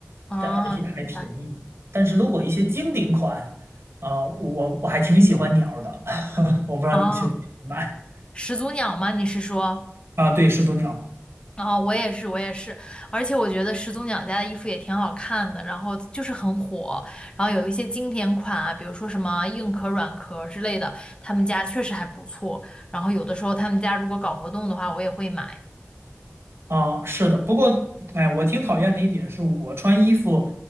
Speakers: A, on the left (about 20°); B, on the right (about 65°).
A: 啊，
B: 但而且还便宜。
A: 明白。
B: 但是如果一些经典款，啊、我我还挺喜欢鸟儿的，<laughs> 我不知道你去不去买
A: 啊，始祖鸟吗？你是说？
B: 啊？对，始祖鸟。
A: 啊，我也是，我也是。而且我觉得始祖鸟家的衣服也挺好看的，然后就是很火。然后有一些经典款啊，比如说什么硬壳、软壳之类的，他们家确实还不错。然后有的时候他们家如果搞活动的话，我也会买。
B: 啊，是的，不过，哎，我挺讨厌的一点是我穿衣服，